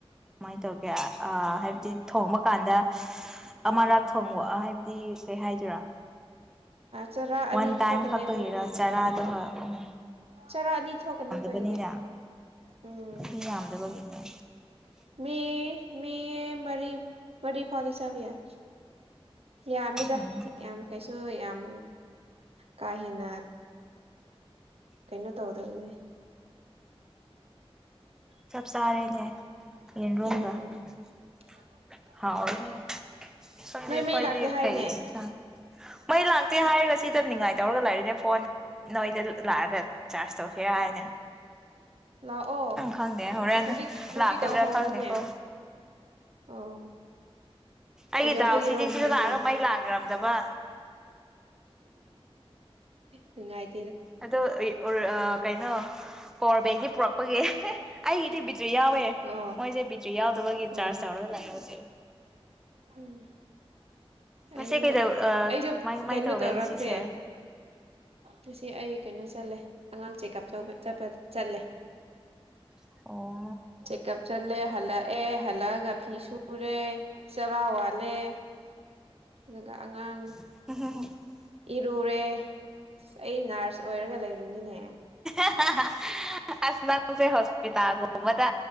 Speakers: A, in the centre; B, on the right.
A: ꯀꯨꯃꯥꯏꯅ ꯇꯧꯒꯦ ꯍꯥꯏꯕꯗꯤ ꯊꯣꯡꯕ ꯀꯥꯟꯗ ꯑꯃꯔꯛ ꯊꯣꯛꯑꯣ ꯍꯥꯏꯕꯗꯤ ꯀꯩ ꯍꯥꯏꯗꯣꯏꯔꯥ
B: ꯆꯔꯥ ꯑꯅꯤ
A: ꯋꯥꯟ ꯇꯥꯏꯝ
B: ꯊꯣꯛꯀꯅꯤ
A: ꯈꯛꯇꯒꯤꯔ
B: ꯑꯩꯈꯣꯏꯒꯤꯗꯤ
A: ꯆꯥꯔꯥꯗꯣ ꯍꯣꯏ <unintelligible>
B: ꯆꯔꯥ ꯑꯅꯤ ꯊꯣꯛꯀꯅꯤ ꯑꯩꯈꯣꯏꯒꯤꯗꯤ
A: ꯕꯅꯤꯅ
B: ꯎꯝ
A: ꯃꯤ ꯌꯥꯝꯗꯕꯒꯤꯅꯦ
B: ꯃꯤ ꯃꯤ ꯃꯔꯤ ꯃꯔꯤ ꯐꯥꯗꯦ ꯆꯥꯕ ꯌꯥꯏ ꯌꯥꯃꯤꯗ
A: ꯎꯝ
B: ꯌꯥꯝ ꯀꯩ ꯁꯨ ꯌꯥꯝ ꯀꯥ ꯍꯦꯟꯅ ꯀꯩꯅꯣ ꯇꯧꯗꯕꯅꯦ
A: ꯆꯞ ꯆꯥꯔꯦꯅꯦ <unintelligible>
B: ꯎꯝ <unintelligible>
A: ꯍꯥꯎꯑꯅꯦ ꯈꯪꯗꯦ
B: ꯅꯣꯏ
A: ꯑꯩꯈꯣꯏꯗꯤ
B: ꯃꯩ ꯂꯥꯛꯇꯦ ꯍꯥꯏꯅꯦ
A: ꯀꯩ ꯏꯟꯁꯥꯡ ꯃꯩ ꯂꯥꯛꯇꯦ ꯍꯥꯏꯔꯒ ꯁꯤꯗ ꯅꯤꯡꯉꯥꯏ ꯇꯧꯔꯒ ꯂꯩꯔꯤꯅꯦ ꯐꯣꯟ ꯅꯣꯏꯗ ꯂꯥꯛꯑꯒ ꯆꯥꯔꯖ ꯇꯧꯁꯤꯔꯥ ꯍꯥꯏꯅꯦ
B: ꯂꯥꯛꯑꯣ
A: ꯈꯪꯗꯦ ꯍꯣꯔꯦꯟ
B: ꯍꯧꯖꯤꯛ ꯍꯧꯖꯤꯛ
A: ꯂꯥꯛꯀꯗ꯭ꯔꯥ
B: ꯇꯧꯍꯧꯔꯣꯅꯦ
A: ꯈꯪꯗꯦꯀꯣ
B: ꯑꯣ
A: ꯑꯩ
B: ꯀꯩꯗꯧꯕꯒꯤꯔꯣ
A: ꯗꯥꯎꯁꯤꯗꯤ ꯁꯤꯗ
B: ꯃꯣꯏꯗꯣ
A: ꯂꯥꯛꯑꯒ ꯃꯩ ꯂꯥꯛꯔꯝ ꯗꯕ
B: ꯅꯨꯡꯉꯥꯏ
A: ꯑꯗꯣ ꯀꯩꯅꯣ ꯄꯋꯥꯔ ꯕꯦꯡꯗꯤ ꯄꯨꯔꯛꯄꯒꯤ ꯑꯩꯒꯤꯗꯤ ꯕꯤꯠꯆꯨ ꯌꯥꯎꯋꯦ
B: ꯑꯣ
A: ꯃꯣꯏꯁꯦ ꯕꯤꯆꯨ ꯌꯥꯎꯗꯕꯒꯤ
B: ꯑꯣ
A: ꯆꯥꯔꯖ ꯌꯥꯧꯔꯒ ꯂꯥꯛꯁꯦ
B: ꯎꯝ ꯑꯩꯁꯨ
A: ꯉꯁꯤ ꯀꯩꯗꯧ ꯀꯃꯥꯏ
B: ꯑꯩꯁꯨ
A: ꯀꯃꯥꯏ
B: ꯀꯩꯅꯣ
A: ꯇꯧꯒꯦ
B: ꯇꯧꯔꯛꯇꯦ
A: ꯉꯁꯤꯁꯦ
B: ꯉꯁꯤ ꯑꯩ ꯀꯩꯅꯣ ꯆꯠꯂꯦ ꯑꯉꯥꯡ ꯆꯦꯛꯑꯞ ꯇꯧꯕ ꯆꯄ ꯆꯠꯂꯦ
A: ꯑꯣ
B: ꯆꯦꯛꯀꯞ ꯆꯂꯦ ꯍꯂꯛꯑꯦ ꯍꯂꯛꯑꯒ ꯐꯤ ꯁꯨ ꯎꯔꯦ ꯆꯔꯥ ꯋꯥꯠꯂꯦ ꯑꯗꯨꯒ ꯑꯉꯥꯡ
A: <unintelligible>
B: ꯏꯔꯨꯔꯦ ꯑꯩ ꯅꯔꯁ ꯑꯣꯏꯔꯒ ꯂꯩꯔꯤꯅꯤꯅꯦ
A: <unintelligible> ꯑꯁ ꯅꯪꯁꯦ ꯍꯣꯁꯄꯤꯇꯥꯜ ꯒꯨꯝꯕꯗ